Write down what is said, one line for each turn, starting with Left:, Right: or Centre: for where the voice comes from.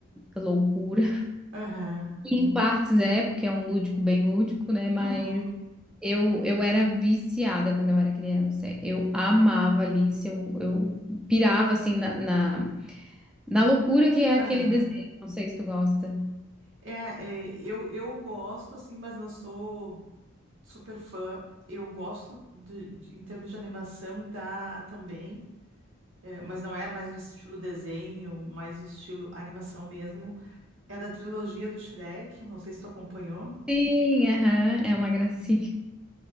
Centre: loucura.
Right: aham,
Centre: E em partes é, porque é um lúdico bem lúdico, né? Mas
Right: uhum,
Centre: Eu, eu era viciada quando eu era criança. Eu amava Alice, eu, eu pirava assim na, na, na loucura que é aquele
Right: aham.
Centre: desenho. Não sei se tu gosta.
Right: É, é, eu, eu gosto, assim, mas não sou super fã. Eu gosto de, de- em termos de animação da também, é, mas não é mais no estilo desenho, mais no estilo animação mesmo. É da trilogia do Shrek, não sei se tu acompanhou.
Centre: Sim, aham, é uma gracinha.